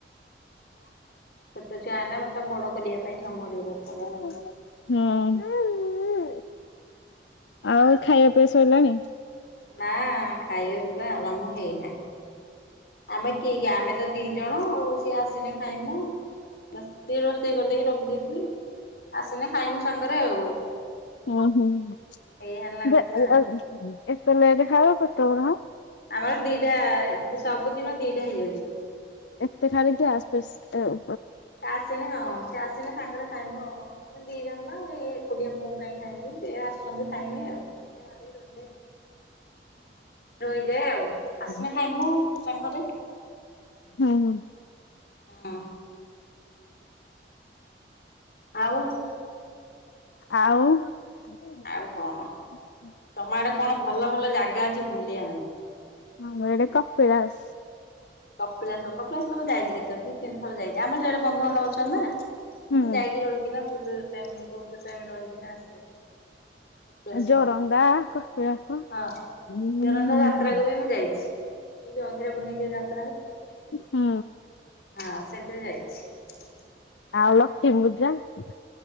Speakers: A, on the left (about 55°); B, on the left (about 85°).
A: ଛୋଟ ଛୁଆ ମାନଙ୍କୁ ବଡ କରିବା ପାଇଁ ସମୟ ଟିକେ
B: ହୁଁ
A: ଦରକାର ଆଉ।
B: ଆଉ ଖାଇବା ପିଇବା ସଇଲାଣି?
A: ନା ଖାଇବା ପିଇବା ଆରମ୍ଭ ହେଇନାହିଁ। ଆମେ କି ଆମେ ତ ଦି ଜଣ ଆଉ ସିଏ ଆସିନେ ଖାଇମୁ। ସେଏ ରୋଷେଇ କରିଦେଇକି ରଖିଦେଇଥିଲ ଆସିଲି ଖାଇମୁ ସାଙ୍ଗରେ ଆଉ
B: ହଁ ହଁ
A: ଏଇଆ ହେଲା କଥା
B: ଏ <unintelligible>
A: ଆମର ଦି'ଟା ସବୁଦିନ ଦି'ଟା ହେଇଯାଉଛି।
B: ଏତେ ଖାଇ କିି ଗ୍ୟାସ ଆଉ
A: ଆସିଲେ ସେ ଆସିଲେ ସାଙ୍ଗରେ ଖାଇମୁ ଆଉ। ଆମେ ଦି ଜଣ ନା ଏଇ ଏକୁଟିଆ ମୁଁ କାଇହିଁ ଖାଇବି ସେ ଆସଛନ୍ତିୁ ଖାଇମି ଆଉ ଏମିତି ଭାବି ରହିଯା ରହଯେ ଆଉ ଆସନାେ
B: ହୁଁ
A: ଖାଇମୁ ସାଙ୍ଗରେ
B: ହୁଁ ହୁଁ।
A: ହଁ। ଆଉ
B: ଆଉ <unintelligible>
A: ଆଉ କଣ? ତମ ଆଡେ କଣ ଭଲ ଭଲ ଜାଗା ଅଛି ବୁଲିବା ପାଇଁ?
B: ହଁ ଏଇଟ କପିଳାସ
A: କପିଳାସ କପିଳାସ ମୁଁ ଯାଇଛି କେତେ ଥର ଦି ତିନିଥର ଯାଇଛି ଆମର ସେପଟେ ବନ୍ଧୁ ବାନ୍ଧବ ଅଛନ୍ତି ନା
B: ହୁଁ
A: ଯାଇକି ରହିକିନାହୁତ ଟାଇ ବହୁତ ଟାଇମ ରହିକିନା ଆସେ କପିଳାସ
B: ଜୋରନ୍ଦା କପିଳାସ
A: ହଁ
B: ହଁ ହୁଁ
A: ଜୋରନ୍ଦା ଯାତ୍ରାକୁ ବି ମୁଁ ଯାଇଛି। ଅଘିରା ପୁନେଇଁ <unintelligible>
B: ହଁ।
A: ହଁ ସେଥିରେ ଯାଇଛି।
B: ଆଉ <unintelligible>